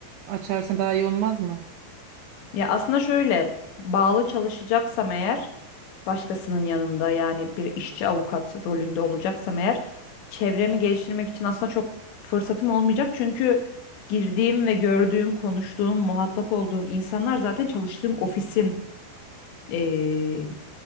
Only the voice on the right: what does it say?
açarsan daha iyi olmaz mı?